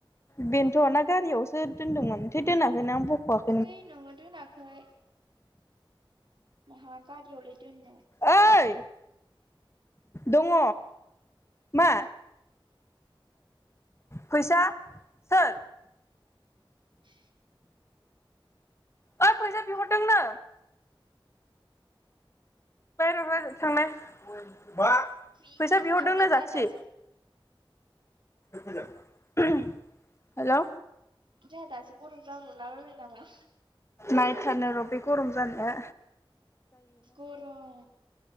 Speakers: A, on the left (about 30°); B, on the right (about 60°).
A: बेनोथ' ना गारियावसो दोनदोंमोन दोनाखैना आं बख'वाखै
B: थै नोंनो दोनाखै माहा गारियावलाय दोननो
A: ओइ दङ मा फैसा सोर
B: <inaudible>
A: ओइ फैसा बिहरदोंनो दे माबार थांलाय मा
B: मिनिथावना
A: फैसा बिहरदोंनो
B: जोंहा
A: जाथि
B: दासो
A: <inaudible> हेलौ
B: जोंहा दासो गरम जाब्रबला बालबाय नामा
A: नायथारनो र बे गरम जानो
B: गरम